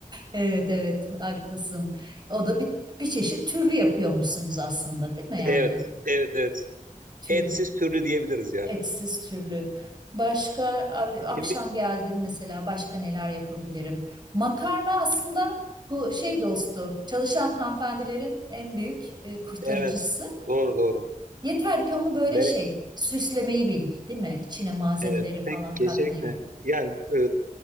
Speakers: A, on the right; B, on the right.
A: Evet evet haklısın. O da bir, bir çeşit türlü yapıyormuşsunuz aslında değil mi yani?
B: Evet. Evet evet.
A: Türlü,
B: Etsiz türlü diyebiliriz yani.
A: etsiz türlü. Başka abi, akşam
B: Şimdi
A: geldim mesela başka neler yapabilirim? Makarna aslında ku- şey dostu, çalışan hanımefendilerin en büyük e, kurtarıcısı.
B: evet doğru doğru.
A: Yeter ki onu böyle
B: Mere-
A: şey süslemeyi bil, değil mi? İçine malzemeleri
B: evet pek
A: falan
B: kesinlikle.
A: katmayı bil.
B: Yani e,